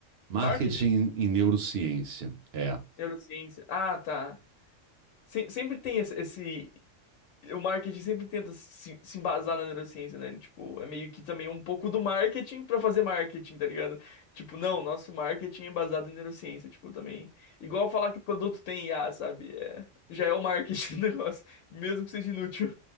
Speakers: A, on the right; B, on the left.
A: marketing
B: Marketing?
A: e neurociência. É.
B: Neurociência. Ah, tá. Se- sempre tem esse, esse- O marketing sempre tenta se, se embasar na neurociência, né? Ele, Tipo, é meio que também um pouco do marketing pra fazer marketing, tá ligado? Tipo, não, nosso marketing é baseado em neurociência. Tipo, também. Igual falar que o produto tem IA, sabe? É, já é o marketing <laughs> do negócio, mesmo que seja inútil.